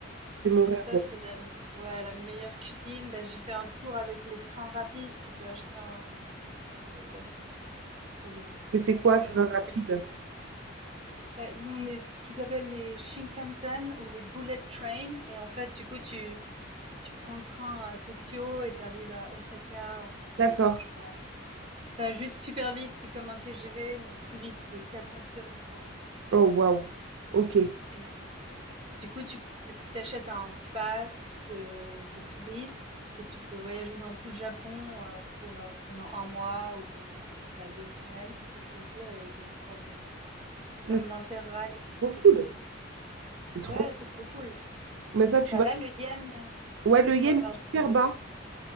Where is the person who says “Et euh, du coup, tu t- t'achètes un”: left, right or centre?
Right